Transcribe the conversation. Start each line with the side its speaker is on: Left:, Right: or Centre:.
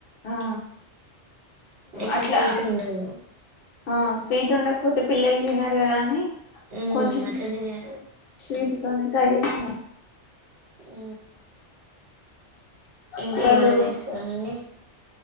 Left: ఆ
Right: ఎక్కువ
Left: అట్లా
Right: స్వీట్ ఉండదు
Left: ఆ స్వీట్ ఉండకపోతే పిల్లలు దినరు గదా అని
Right: ఉమ్
Left: కొంచం
Right: అట్లనే చేయాలి
Left: స్వీట్తోనే ట్రై జేస్తం అం
Right: ఉ ఇంకేమైనా
Left: పిల్లలు
Right: జేస్తారా అండి